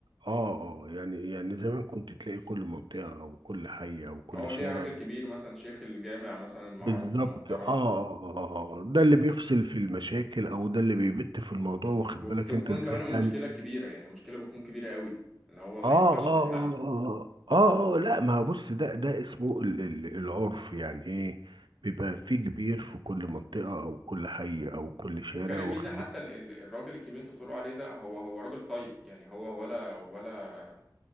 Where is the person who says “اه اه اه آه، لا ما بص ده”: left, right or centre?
Right